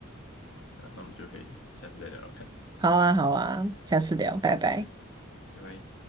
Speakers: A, on the left; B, on the right.
A: 对啊，那我们就可以下次再聊聊看，
B: 好啊，好啊，下次聊，拜拜。
A: 拜拜。